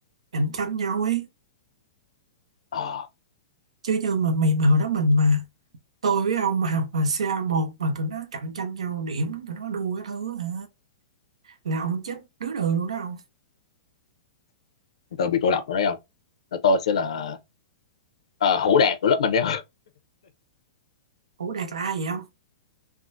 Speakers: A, on the right; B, on the left.
A: cạnh tranh nhau ấy
B: ờ
A: chứ như mà mày mà hồi đó mình mà tôi với ông mà học mà ca một mà tụi nó cạnh tranh nhau điểm tụi nó đua cái thứ hả là ông chết đứa đường luôn đó ông
B: tôi bị cô lập rồi đấy không Là tôi sẽ là ờ, hủ đạt của lớp mình đấy
A: ủa Đạt là ai vậy ông